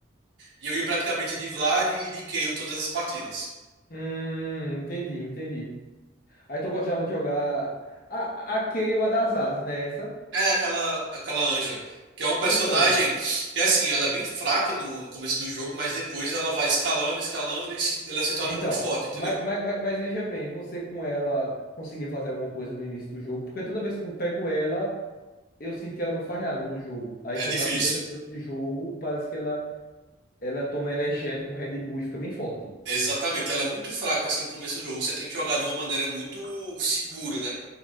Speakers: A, on the right (about 65°); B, on the left (about 45°).
A: E eu ia praticamente de Vlad e de Kayle todas as partidas.
B: Hum, entendi, entendi. Aí tu gostava de jogar a, a Kayle, a das asas, né? Essa?
A: É aquela, aquela Anja, que é um personagem
B: Então,
A: que assim, ela é bem fraca no, no começo do jogo, mas depois ela vai escalando, escalando e se- ela se torna
B: Então,
A: muito forte, entendeu?
B: mas, mas, mas, mas veja bem, você com ela conseguia fazer alguma coisa no início do jogo? Porque toda vez que eu pego ela, eu sinto que ela não faz nada no jogo. Aí
A: É
B: quando
A: difícil.
B: dá 50 minutos de jogo, parece que ela, ela toma energético, um Red Bull e fica bem forte.
A: Exatamente, ela é muito fraca assim no começo do jogo. Você tem que jogar de uma maneira muito segura, né?